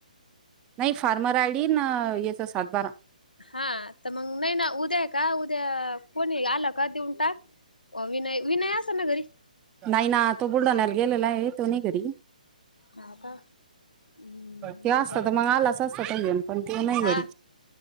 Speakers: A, on the right; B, on the left.
A: नाही फार्मर आयडि न याचा सात बारा
B: हा तर मग नाही ना उद्या का उद्या कोणी आला का देऊन टाक अ विनय विनय असेल ना घरी
A: नाही ना तो बुलढाण्याला गेलेला आहे <unintelligible>
B: हा का हम्
A: ते असतं
B: बर
A: तर मग आलाच असतं तो घेऊन पण तो नाही
B: हा
A: घरी